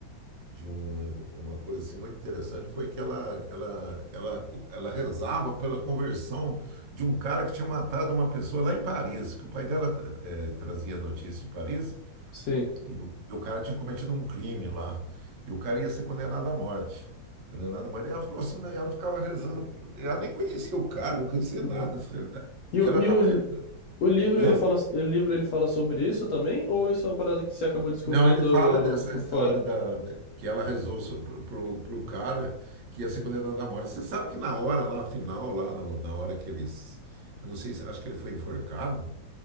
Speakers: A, on the right; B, on the left.
A: de um, uma coisa assim muito interessante foi que ela, ela, ela, ela rezava pela conversão de um cara que tinha matado uma pessoa lá em Paris, que o pai dela eh, trazia notícia de Paris,
B: Sim.
A: e o, e o cara tinha cometido um crime lá, e o cara ia ser condenado à morte. Condenado à morte. E ela falou assim, né, e ela ficava rezando, ela nem conhecia o cara, não conhecia
B: Hum.
A: nada dessa realidade,
B: E,
A: e
B: o,
A: ela
B: e
A: estava rezando.
B: o, o livro
A: Hã?
B: ele fala, o livro ele fala sobre isso também? Ou isso é uma parada que você acabou descobrindo
A: Não, ele fala dessa
B: por
A: história
B: fora?
A: da, que ela rezou so- pro, pro, pro cara que ia ser condenado à morte. Você sabe que na hora lá, final, lá no- na hora que eles. Eu não sei, se- acho que ele foi enforcado.